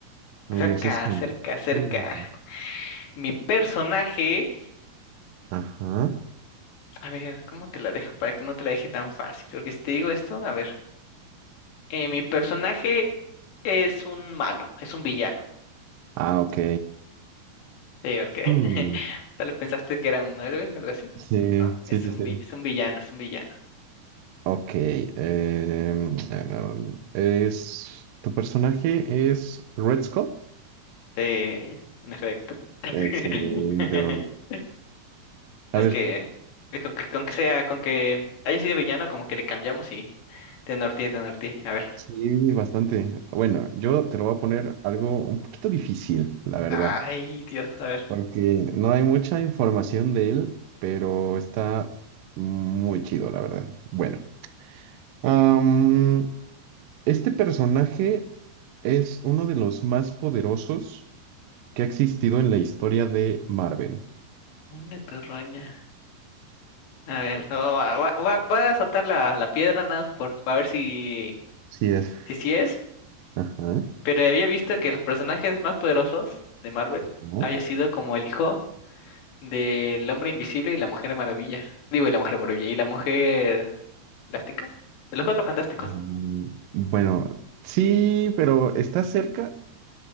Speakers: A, on the right (about 70°); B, on the left (about 85°).
A: No
B: Cerca,
A: me digas eso.
B: cerca, cerca.
A: Mm,
B: Mi personaje,
A: Ajá.
B: a ver, ¿cómo te la dejo para que no te la deje tan fácil? Porque si te digo esto, a ver, eh, mi personaje es un malo, es un villano.
A: Ah, ok.
B: Sí, porque <laughs>
A: Mm,
B: tal vez pensaste que era un héroe o algo así.
A: Sí,
B: No,
A: sí,
B: es
A: sí,
B: un
A: sí.
B: vi- es un villano, es un villano.
A: Ok. em, ah, no, es, tu personaje es Red Skull.
B: Sí, en efecto. <laughs>
A: Excelente. A
B: Es
A: ver,
B: que, es con que, con que sea, con que haya sido villano, como que le cambiamos y te norteé, te norteé. A ver.
A: sí, bastante. Bueno, yo te lo voy a poner algo un poquito difícil, la verdad.
B: Ay, Dios, a ver.
A: porque no hay mucha información de él, pero está muy chido, la verdad. Bueno, am, este personaje es uno de los más poderosos que ha existido en la historia de Marvel.
B: Venga, tu roña. A ver, no, va, va- va- va a saltar la, la piedra nada más por, para ver si,
A: Sí es.
B: si sí es.
A: Ajá.
B: Pero había visto que los personajes más poderosos de Marvel
A: ¿no?
B: había sido como el hijo del Hombre Invisible y la Mujer Maravilla. Digo, y la Mujer Maravilla y la Mujer Elástica. De los Cuatro Fantásticos.
A: Mm, Bueno, sí, pero está cerca,